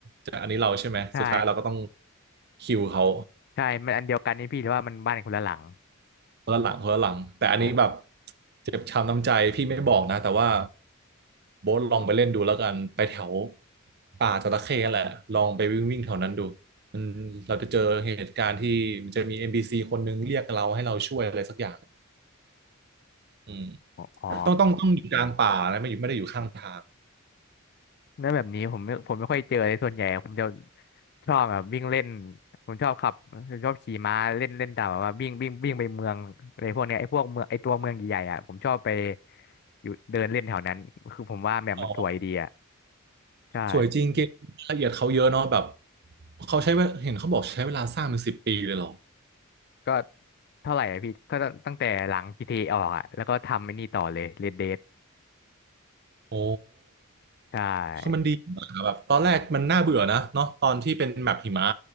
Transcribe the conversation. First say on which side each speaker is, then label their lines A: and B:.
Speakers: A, on the right (about 50°); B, on the left (about 50°).
A: จะอันนี้เราใช่ไหม
B: ใช่
A: สุดท้ายเราก็ต้องคิวเขา
B: ใช่มันอันเดียวกันนี่พี่แต่ว่ามันบ้านคนละหลัง
A: คนละหลังคนละหลังแต่อันนี้แบบ
B: โอ้โ
A: เจ็บช้ำน้ำใจพี่ไม่บอกนะแต่ว่าโบ๊ทลองไปเล่นดูแล้วกันไปแถวป่าจระเข้แหละลองไปวิ่งวิ่งแถวนั้นดูอืมเราจะเจอเหตุการณ์ที่มันจะมี n ซ c คนนึงเรียกเราให้เราช่วยอะไรสักอย่างอืม
B: หอ๋อ
A: ต้องต้องต้องอยู่กลางป่านะไม่อยู่ไม่ได้อยู่ข้างทาง
B: แล้วแบบนี้ผมไม่ผมไม่ค่อยเจอเลยส่วนใหญ่ผมจะชอบแบบวิ่งเล่นผมชอบขับผมชอบขี่ม้าเล่นเล่นตามแบบว่าวิ่งวิ่งวิ่งไปเมืองอะไรพวกเนี้ยไอ้พวกเมืองไอ้ตัวเมืองใหญ่ๆอ่ะผมชอบไปอยู่เดินเล่นแถวนั้นคือผมว่าแบบมันสวยดีอ่ะ
A: อ๋อ
B: ใช่
A: สวยจริงเกมละเอียดเขาเยอะเนาะแบบเขาใช้เวลาเห็นเขาบอกใช้เวลาสร้างเป็นสิบปีเลยเหรอ
B: ก็เท่าไหร่อะพี่ก็ตั้งแต่หลัง g เทเอออกอะแล้วก็ทำไอ้นี่ต่อเลย Red Dead
A: โอ้
B: ใช่
A: คือมันดีมากอะแบบตอนแรกมันน่าเบื่อนะเนาะตอนที่เป็นแมปหิมะ